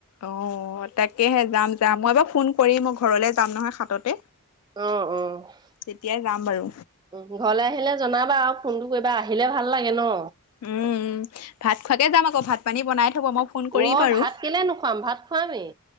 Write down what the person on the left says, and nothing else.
অ'- তাকেহে যাম যাম মই বাও ফোন- কৰি মোৰ ঘৰলৈ যাম নহয় সাততে।
তেতিয়াই যাম বাৰু।
উ উ <unintelligible> ভাত খোৱাকে যাম আকৌ, ভাত পানী বনাই থব, মই ফোন কৰিম
বাৰু